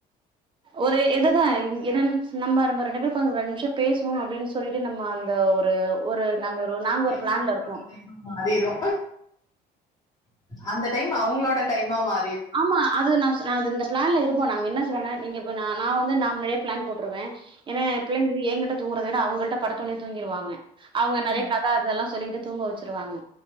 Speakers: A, on the right; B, on the left.
A: ஒரு எதுதா இங் என்னன நம்ம நம்ம ரெண்டு பேர் ஒக்காந்து ஒரு அஞ்சு நிமிஷ பேசுவோ அப்டின் சொல்லிட்டு நம்ம அந்த ஒ ரு ஒரு நாங்க ஒரு நாங்க
B: டைம்
A: ஒரு ப்ளான்ல
B: அவங்களோட
A: இருப்போ
B: டைமா மாறிரு அந் த டைம் அவுங்களோட டைமா மா
A: ஆமா அது நா நா அது இந்த ப்ளான்ல இரு ப்போ நாங்க என்ன சொல்றனா நீங்க இப்ப நா நா வந்து நா முன்னடியே ப்ளான் போட்ருவே எனா ஏ பிள்ளைங்கந்து ஏங்கிட்ட தூங்குறத விட அவுங்கள்ட படுத்தொனெ தூங்கிருவாங்க அவுங்க நறைய
B: ம்
A: கத அதல்லா சொல்லிக்கிட்டு தூங்க வச்சுருவாங்க